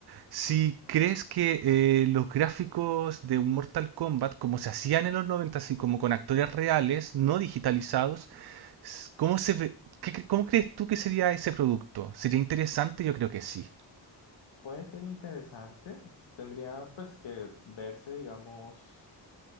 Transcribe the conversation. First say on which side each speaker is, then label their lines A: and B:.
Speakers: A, on the right; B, on the left.
A: si crees que eh, los gráficos de Mortal Kombat, como se hacían en los 90, así como con actores reales, no digitalizados, s- ¿cómo se ve- qué cre- cómo crees tú que sería ese producto? ¿Sería interesante? Yo creo que sí.
B: Puede ser interesante. Tendría pues que verse, digamos,